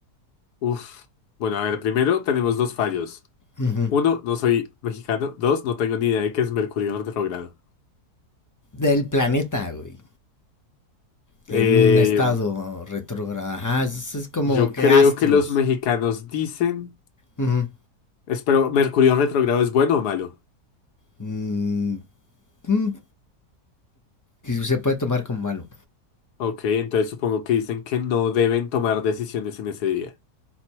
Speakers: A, on the left (about 80°); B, on the left (about 25°).
A: uf. Bueno, a ver, primero tenemos dos fallos.
B: Ujú.
A: Uno, no soy mexicano. Dos, no tengo ni idea de qué es Mercurio retrógrado.
B: Del planeta, güey. En
A: Eh,
B: un estado retrógrado. Ajá, es, es como
A: yo
B: que
A: creo
B: astros.
A: que los mexicanos dicen...
B: Ujú.
A: Espero, ¿Mercurio retrógrado es bueno o malo?
B: mm, mm, se puede tomar como malo.
A: Ok, entonces supongo que dicen que no deben tomar decisiones en ese día.